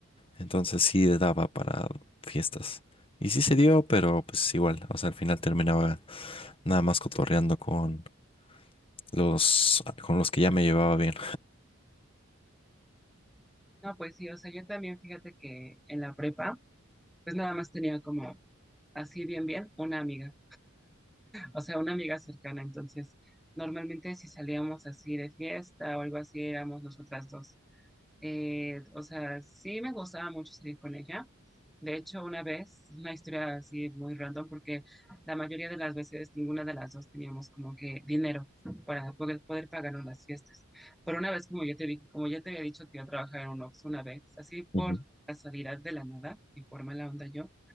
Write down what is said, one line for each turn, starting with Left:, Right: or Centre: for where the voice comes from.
Left: entonces sí daba para fiestas. Y sí se dio, pero pues igual, o sea, al final terminaba nada más cotorreando con los, con los que ya me llevaba bien.
Centre: No, pues sí, o sea, yo también fíjate que en la prepa, pues nada más tenía como así bien, bien, una amiga. o sea, una amiga cercana. Entonces, normalmente si salíamos así de fiesta o algo así, éramos nosotras dos. Eh, o sea, sí me gustaba mucho salir con ella. De hecho, una vez, una historia así muy random, porque la mayoría de las veces ninguna de las dos teníamos como que dinero para poder, poder pagarnos las fiestas. Pero una vez, como yo te dije, como ya te había dicho que yo trabajaba en un Oxxo una vez, así
Left: Ujú.
Centre: por casualidad de la nada y por mala onda yo,